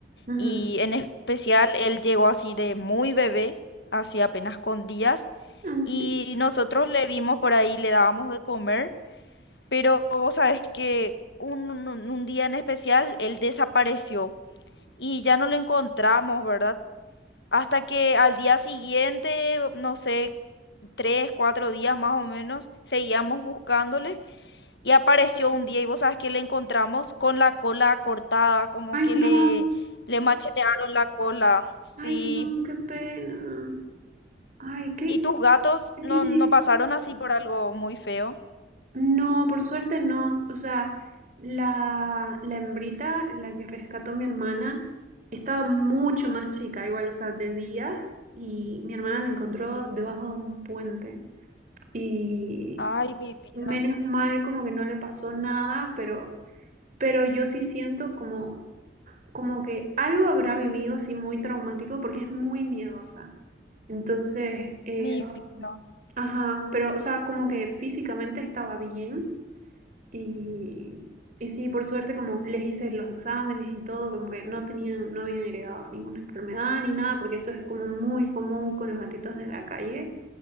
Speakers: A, on the right (about 45°); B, on the left (about 75°).
A: Ujú.
B: Y en especial, él llegó así de muy bebé, así apenas con días
A: Mm.
B: y nosotros le vimos por ahí, le dábamos de comer, pero vos sabés que un, un- un día en especial él desapareció y ya no lo encontramos, ¿verdad? Hasta que al día siguiente, no sé, tres, cuatro días más o menos, seguíamos buscándole y apareció un día y vos sabés que le encontramos con la cola cortada, como
A: Ay,
B: que le,
A: no,
B: le machetearon la cola, sí.
A: ay, no, qué pena. Ay, ¿qué,
B: ¿Y tus gatos
A: qué tiene?
B: no, no pasaron así por algo muy feo?
A: No, por suerte no. O sea, la, la hembrita, la que rescató mi hermana, estaba mucho más chica, igual, o sea, de días, y mi hermana la encontró debajo de un puente. Y
B: Ay, mi vida,
A: menos mal como que no le pasó nada, pero, pero yo sí siento como, como que algo habrá vivido así muy traumático porque es muy miedosa. Entonces, eh,
B: mi vida.
A: ajá, pero, o sea, como que físicamente estaba bien y, y sí, por suerte, como les hice los exámenes y todo, como que no tenían, no habían heredado ninguna enfermedad ni nada, porque eso es como muy común con los gatitos de la calle.